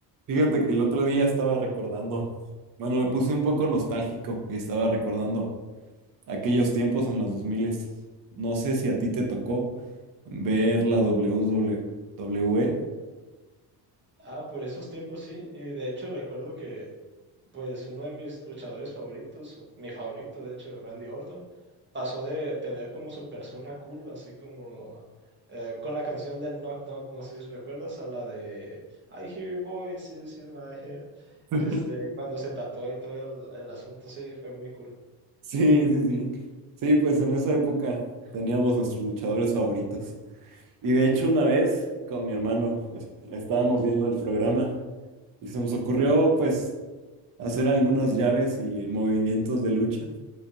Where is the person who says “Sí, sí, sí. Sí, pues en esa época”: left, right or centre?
Right